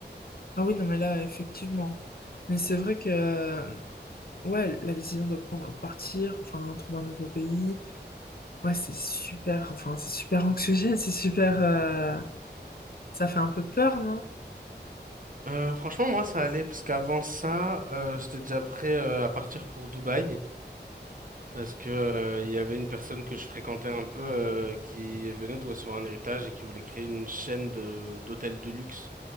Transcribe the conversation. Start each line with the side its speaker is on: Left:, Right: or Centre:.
Left: Ah oui, non, mais là, effectivement. Mais c'est vrai que, euh, ouais, la décision de prendre, partir, enfin, trouver un nouveau pays, ouais, c'est super, enfin, c'est super anxiogène, c'est super, euh, ça fait un peu peur, non?
Right: Euh, franchement, moi, ça allait parce qu'avant ça, euh, j'étais déjà prêt euh, à partir pour Dubaï. Parce que, euh, il y avait une personne que je fréquentais un peu euh, qui venait de recevoir un héritage et qui voulait créer une chaîne de d'hôtels de luxe